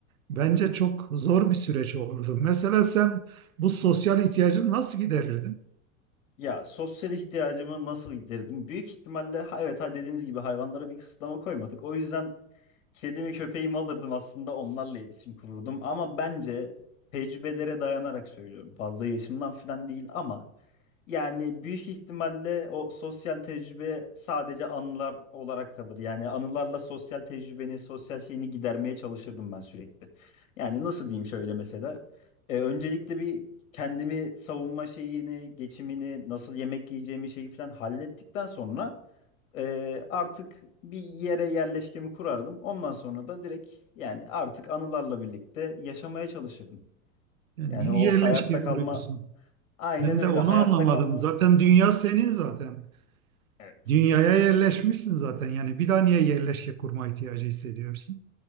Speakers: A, on the right (about 80°); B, on the left (about 70°).
A: Bence çok zor bir süreç olurdu. Mesela sen bu sosyal ihtiyacını nasıl giderirdin?
B: Ya sosyal ihtiyacımı nasıl giderdim? Büyük ihtimalle ha- evet ha dediğiniz gibi hayvanlara bir kısıtlama koymadık. O yüzden Kedimi köpeğimi alırdım aslında onlarla iletişim kururdum ama bence tecrübelere dayanarak söylüyorum. Fazla yaşımdan falan değil ama yani büyük ihtimalle o sosyal tecrübe sadece anılar olarak kalır. Yani anılarla sosyal tecrübeni, sosyal şeyini gidermeye çalışırdım ben sürekli. Yani nasıl diyeyim şöyle mesela. E, öncelikle bir kendimi savunma şeyini, geçimini, nasıl yemek yiyeceğimi şeyi falan hallettikten sonra ee, artık bir yere yerleşkemi kurardım. Ondan sonra da direkt yani artık anılarla birlikte yaşamaya çalışırdım.
A: Yani
B: Yani
A: niye
B: o hayatta
A: yerleşke
B: kalma
A: kuruyorsun?
B: aynen
A: Ben
B: öyle
A: de onu
B: hayatta
A: anlamadım.
B: kalma.
A: Zaten dünya senin zaten.
B: Evet.
A: Dünyaya yerleşmişsin zaten. Yani bir daha niye yerleşke kurma ihtiyacı hissediyorsun?